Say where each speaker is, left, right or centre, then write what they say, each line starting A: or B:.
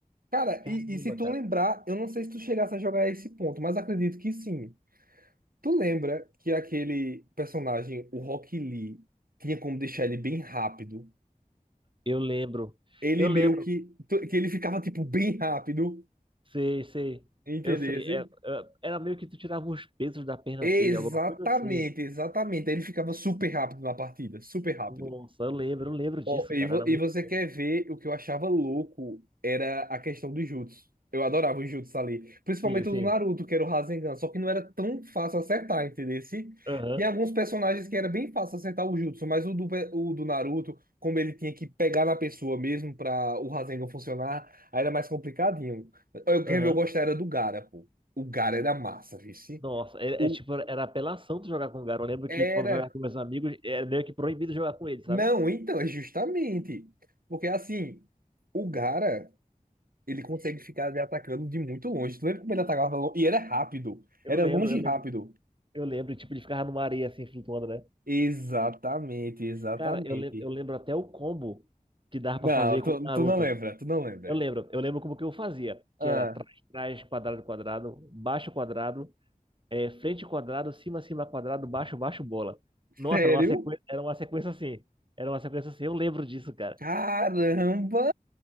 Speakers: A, on the right; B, on the right.
A: Cara,
B: Caramba,
A: e, e se tu
B: cara.
A: lembrar, eu não sei se tu chegasse a jogar esse ponto, mas acredito que sim. Tu lembra que aquele personagem, o Rock Lee, tinha como deixar ele bem rápido?
B: Eu lembro.
A: Ele
B: Eu lembro.
A: meio que. tu- Que ele ficava, tipo, bem rápido.
B: Sei, sei.
A: Entendesse?
B: Eu sei. É, é, era meio que tu tirava os pesos da perna
A: Exatamente,
B: dele, alguma coisa assim.
A: exatamente. Aí Ele ficava super rápido na partida, super rápido.
B: Nossa, eu lembro, eu lembro disso,
A: Ó, e,
B: cara.
A: vo-
B: Era
A: e
B: muito
A: você
B: bom.
A: quer ver o que eu achava louco era a questão dos jutsu. Eu adorava os jutsu ali. Principalmente
B: Sim, sim.
A: o do Naruto, que era o Rasengan. Só que não era tão fácil acertar, entendeu?
B: Aham,
A: Tinha alguns personagens que era bem fácil acertar o jutsu, mas o do, pe- o do Naruto, como ele tinha que pegar na pessoa mesmo pra o Rasengan funcionar, aí era mais complicadinho. Eu quero
B: aham.
A: ver, eu gostava era do Gaara, pô. O Gaara era massa, vice.
B: Nossa, é,
A: O
B: é tipo, era apelação tu jogar com o Garo. Eu lembro
A: era.
B: que quando eu jogava com meus amigos, era meio que proibido jogar com ele, sabe?
A: Não, então, é justamente. Porque assim, o Gaara. ele consegue ficar me atacando de muito longe. Tu lembra como ele atacava longe? E era rápido.
B: Eu
A: Era
B: lembro,
A: longe
B: eu
A: e
B: lembro,
A: rápido.
B: eu lembro, tipo, ele ficava numa areia assim, flutuando, né?
A: Exatamente, exatamente.
B: Cara, eu, lem- eu lembro até o combo que dava
A: Não,
B: pra fazer
A: tu,
B: com o Naruto.
A: tu não lembra, tu não lembra.
B: Eu lembro, eu lembro como que eu fazia, que
A: Ah,
B: era trás, trás, quadrado, quadrado, baixo, quadrado, eh, frente, quadrado, cima, cima, quadrado, baixo, baixo, bola. Nossa,
A: sério?
B: era uma sequência, era uma sequência assim, era uma sequência assim, eu lembro disso, cara.
A: Caramba!